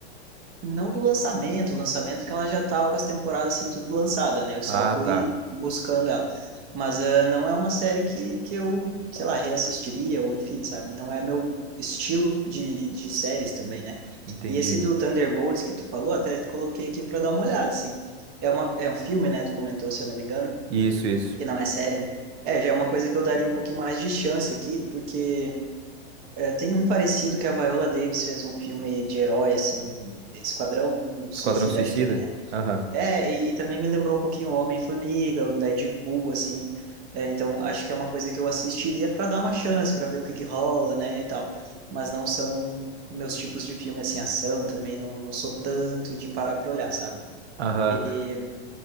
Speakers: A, on the right (about 30°); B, on the right (about 75°).
A: Não do lançamento, lançamento que ela já estava com as temporadas assim tudo lançada, né? Eu só
B: Ah,
A: fui
B: tá.
A: buscando ela. Mas ah, não é uma série que, que eu, sei lá, reassistiria, ou enfim, sabe? Não é meu estilo de, de séries também, né?
B: Entendi.
A: E esse do Thunderbolts que tu falou, até coloquei aqui para dar uma olhada, assim. É uma, é um filme, né? Tu comentou, se eu não me engano,
B: Isso, isso.
A: que não é série, né? É, já é uma coisa que eu daria um pouquinho mais de chance aqui, porque é, tem um parecido que a Viola Davis fez um filme de herói, assim, Esquadrão Suicida,
B: Esquadrão Suicida?
A: acho que é, né?
B: Aham.
A: É, e, e também me lembrou um pouquinho o Homem-Formiga, o Deadpool, assim. É, então, acho que é uma coisa que eu assistiria para dar uma chance, para ver o que que rola, né, e tal. Mas não são meus tipos de filme, assim, ação também, não, não sou tanto de parar pra olhar, sabe?
B: Aham.
A: E,